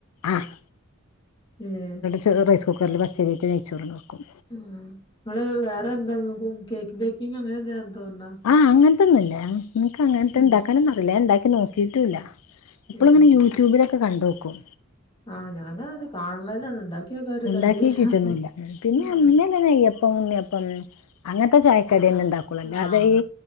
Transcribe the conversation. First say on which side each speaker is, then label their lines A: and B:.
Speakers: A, on the left; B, on the left.
A: ആഹ്
B: ഉം
A: ചെറിയ റൈസ് കുക്കറിൽ പച്ചരിയിട്ട് നെയ്ച്ചോറ് ണ്ടാക്കും
B: ഉം നമ്മളെ വേറെ എന്താ കേക്ക് ബേക്കിങ്ങ് അങ്ങനെ ന്തേ <unintelligible>
A: ആഹ് അങ്ങൻത്തൊന്നുല്ല നങ്ങ് ഇൻക്ക് അങ്ങൻത്തെ
B: ഉം
A: ഇണ്ടാക്കാനൊന്നും അറീല്ല. ഞാൻ ഇണ്ടാക്കി നോക്കിട്ടും ഇല്ല. ഇപ്പോള്ങ്ങനെ
B: ഏഹ്
A: യൂട്യൂബിലൊക്കെ കണ്ടോക്കും.
B: ആഹ് ഞാൻ കാണേ ഉള്ളൂ ഉണ്ടാക്കി നോക്കാൻ
A: ഉണ്ടാക്കി
B: ധൈര്യല്ല
A: കിട്ടുന്നില്ല പിന്നെ
B: മ്
A: അങ്ങനെന്നെ നെയ്യപ്പം ഉണ്ണിയപ്പം അങ്ങനത്തെ ചായക്കടിയേ ഉണ്ടാ കൊള്ളൂ. അല്ലാതെ
B: ആഹ്
A: ഈ